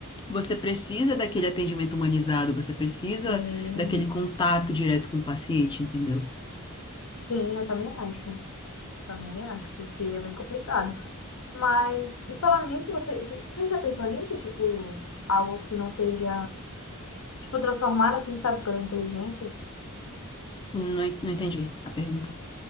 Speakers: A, on the left; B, on the left.
A: Você precisa daquele atendimento humanizado, você precisa
B: sim,
A: daquele contato direto com o paciente, entendeu?
B: sim, eu também acho. Também acho, porque é bem complicado. Mas, e falando nisso, você, você já pensou nisso? Tipo, algo que não seja. tipo, transformar assim, sabe, pela inteligência.
A: Não, en- não entendi a pergunta.